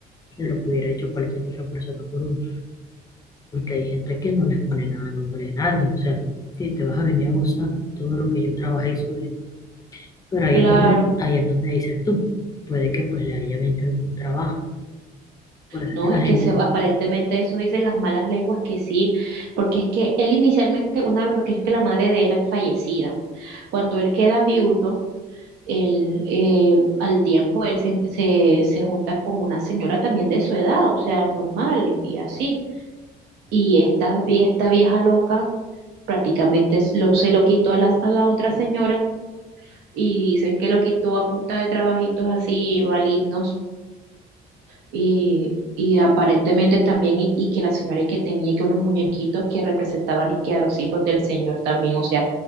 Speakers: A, on the left; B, on the right.
A: de lo que hubiera hecho cualquier otra persona por uno. Porque hay gente que no les pone nada a nombre de nadie. O sea, si te vas a venir a gozar todo lo que yo trabajé y sudé. Pero ahí
B: claro.
A: es donde, ahí es donde dices tú. Puede que pues le hayan hecho algún trabajo. Por eso
B: No,
A: es que la
B: es
A: gente
B: que se, aparentemente eso dicen las malas lenguas que sí, porque es que él inicialmente, una vez, porque es que la madre de él es fallecida. Cuando él queda viudo, él, eh, al tiempo él se, se, se junta con una señora también de su edad, o sea, normal y así. Y esta, y esta vieja loca prácticamente lo, se lo quitó a las- a la otra señora y dicen que lo quitó a punta de trabajitos así malignos y, y aparentemente también y, y que la señora y que tenía que unos muñequitos que representaban y que a los hijos del señor también, o sea,